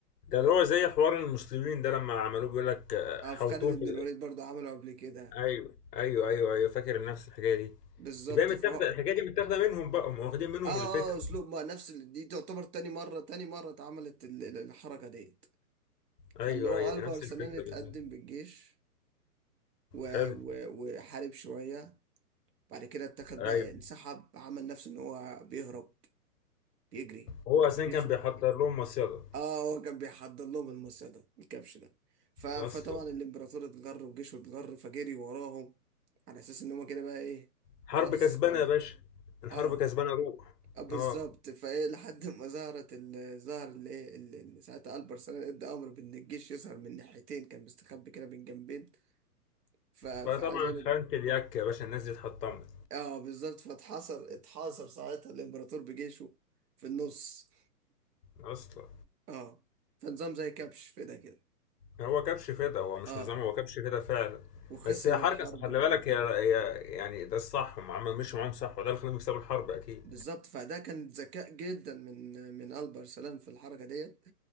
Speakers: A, on the left; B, on the right.
A: ده اللي هو زي حوار المسلمين ده لما عملوه بيقول لك آه،
B: اه
A: حوطوهم
B: في خالد
A: في
B: بن الوليد برضه عمله قبل كده
A: ايوه ايوه ايوه ايوه فاكر نفس الحكايه دي
B: بالظبط
A: يبقى هي متاخده
B: فهو اه
A: الحكايه دي متاخده منهم بقى هم واخدين منهم
B: اه
A: الفكره
B: اسلوب ما نفس ال- دي تعتبر تاني مرة تاني مرة اتعملت ال- ال- الحركة ديت
A: ايوه
B: فاللي هو
A: ايوه
B: قلب
A: دي نفس
B: أرسلان
A: الفكره
B: اتقدم
A: بالظبط
B: بالجيش و...
A: حلو
B: و... وحارب شوية بعد كده اتاخد
A: ايوه
B: بقى انسحب عمل نفسه ان هو بيهرب بيجري
A: هو اصلا
B: يشوي
A: كان بيحضر لهم مصيده
B: اه هو كان بيحضر لهم المصيع ده الكبش ده ف... فطبعا
A: اصلا
B: الامبراطور اتجر وجيشه اتجر فجري وراهم على اساس ان هما كده بقى ايه
A: حرب
B: خلاص
A: كسبانه
B: يعني
A: يا باشا الحرب
B: اه
A: كسبانه روح
B: آه بالظبط
A: اه
B: فايه لحد ما ظهرت ال... ظهر اللي ايه اللي اللي ساعتها البر سلام ادى امر بان الجيش يظهر من ناحيتين كان مستخبي كده من جنبين ف... فعايز
A: فطبعا
B: اقول
A: خانت
B: لك
A: اليك يا باشا الناس دي اتحطمت
B: اه بالظبط فاتحصر اتحاصر ساعتها الامبراطور بجيشه في النص
A: اصلا
B: اه فنظام زي كبش في ده كده
A: هو كبش فدا هو مش
B: اه
A: نظام هو كبش فدا فعلا
B: وخسر
A: بس هي حركه
B: الحرب
A: صح خلي
B: الامبراطور
A: بالك هي هي يعني ده الصح هم عملوا مشوا معاهم صح وده اللي خلاهم يكسبوا الحرب اكيد
B: بالظبط فده كان ذكاء جدا من من البر سلام في الحركه ديت